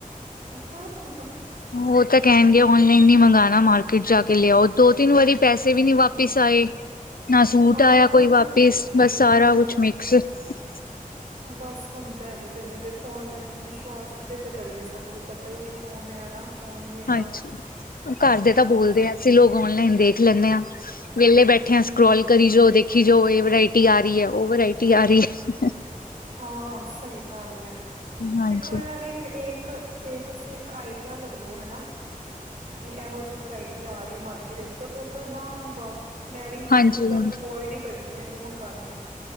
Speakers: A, on the right; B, on the left.
A: ਐਪਰਾਕਸ <unintelligible>
B: ਉਹ ਤਾਂ ਕਹਿਣਗੇ ਔਨਲਾਈਨ ਨਹੀਂ ਮੰਗਾਣਾ ਮਾਰਕੀਟ ਜਾ ਕੇ ਲਿਆ ਆਓ ਦੋ ਤਿੰਨ ਵਾਰੀ ਪੈਸੇ ਵੀ ਨੀ
A: ਹੂੰ,
B: ਵਾਪਿਸ ਆਏ ਨਾ ਸੂਟ
A: ਹਾਂ
B: ਆਇਆ
A: ਉਹੀਓ
B: ਕੋਈ
A: ਤਾਂ
B: ਵਾਪਿਸ ਬਸ ਸਾਰਾ
A: ਹਾਂ
B: ਕੁਛ ਸਿਰਫ਼ <unintelligible>
A: ਬਸ ਹੁੰਦਾ ਜੀ ਕਈ ਵਾਰੀ ਦੇਖੋ ਆਨਲਾਈਨ ਵਿਸ਼ਵਾਸ ਕਿਦੇ ਤੇ ਕਰੀਏ ਸਾਨੂੰ ਕੋਈ ਪਤਾ ਹੀ ਨੀ ਕੌਣ ਹੈ ਨਾ ਕੌਣ ਨਹੀਂ ਹੈਗਾ,
B: ਹਾਂਜੀ ਉਹ ਘਰ ਦੇ ਤਾਂ
A: ਹਾਂਜੀ,
B: ਬੋਲਦੇ ਆ ਅਸੀ ਲੋਗ ਔਨਲਾਈਨ ਦੇਖ ਲੈਂਦੇ ਹਾਂ ਵਿਹਲੇ ਬੈਠੇ ਹਾਂ
A: ਹੂੰ,
B: ਸਕਰੋਲ ਕਰੀ ਜਾਓ ਦੇਖੀ ਜਾਓ ਇਹ ਵਰਾਇਟੀ ਆ ਰਹੀ ਹੈ ਉਹ ਵਰਾਇਟੀ ਆ ਰਹੀ ਹੈ
A: ਹਾਂ ਸਹੀ ਗੱਲ ਹੈ
B: ਹਾਂਜੀ
A: ਦੇਖੋ ਇਹ ਵੀ ਏਕ ਇੱਕ ਇਹ ਤੁਸੀਂ ਇੱਕ ਆਈਡੀਆ ਲੈਲੋ ਹਨਾ ਕਿ ਇਹੋ ਜਿਹੀ ਵਰਾਇਟੀ ਆ ਰਹੀ ਮਾਰਕੀਟ ਵਿਚ ਪਰ ਓਦਾ ਨਾ ਮੰਗਵਾਓ ਮੈਂ ਵੀ
B: ਹਾਂਜੀ
A: ਮਤਲਬ
B: ਹਾਂਜੀ
A: ਅਵੋਇਡ ਹੀ ਕਰਦੀ ਆ ਨੀ ਮੰਗਾਉਦੀ